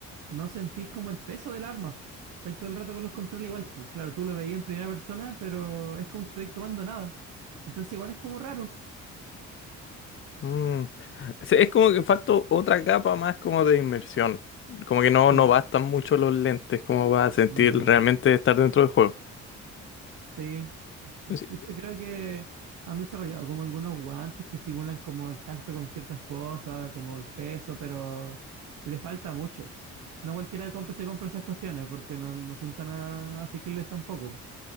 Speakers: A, on the right; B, on the left.
A: no sentís como el peso del arma. po. Estás todo el rato con los controles igual, po. Claro, tú lo veías en primera persona, pero es como si estuvieras tomando nada. Entonces igual es como raro.
B: Mm. Sí, Es como que falta otra capa más como de inmersión. Como que no,
A: Sí.
B: no bastan mucho los lentes como para sentir
A: ujú.
B: realmente estar dentro del juego.
A: Sí, de
B: Sí,
A: hecho creo que han desarrollado como algunos guantes que simulan como el tacto con ciertas cosas, como el peso, pero le falta mucho. No cualquiera compra, se compra esas cuestiones porque no, no son tan a- asequibles tampoco.